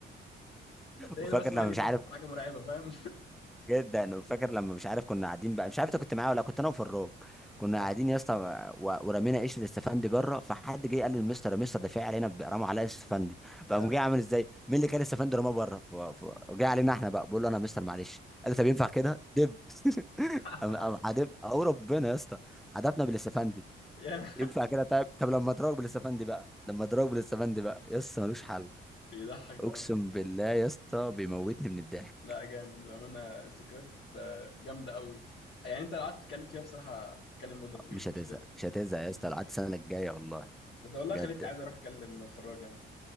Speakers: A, on the left (about 55°); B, in the centre.
A: مبدئيا
B: وفاكر
A: هو اسمه
B: لما
A: اني
B: مش
A: بطل
B: عارف
A: حاجة مرعبة فاهم؟
B: جدا وفاكر لما مش عارف كنا قاعدين بقى مش عارف انت كنت معايا ولا كنت انا وفراج
A: <laughs>
B: كنا
A: اه
B: قاعدين يا اسطى و- ورمينا قشره استفندي بره فحد جه قال للمستر يا مستر ده في علينا ب- رموا عليا استفندي فقام
A: يا ناس
B: جه عامل ازاي مين اللي كان استفندي رماه بره ف- ف- جه علينا احنا بقى بقول له انا يا مستر معلش قال لي طب ينفع كده دب <laughs>
A: <laughs>
B: قام قام عدب او ربنا يا اسطى عدبنا بالاستفندي
A: يعني
B: ينفع كده طيب طب لما اضربك بالاستفندي بقى لما اضربك بالاستفندي بقى يا اسطى ملوش حل
A: <laughs> بيضحك بأمان
B: اقسم بالله يا اسطى بيموتني من الضحك
A: لا جامد بأمانة الذكريات آه، جامدة قوي يعني انت لو قعدت تتكلم فيها بصراحة تتكلم مدة طويلة
B: مش
A: مش
B: هتزهق
A: لازم
B: مش هتزهق يا اسطى لحد السنه الجايه والله
A: ده انت والله
B: بجد
A: خليتني عايز اروح اكلم فراج يعني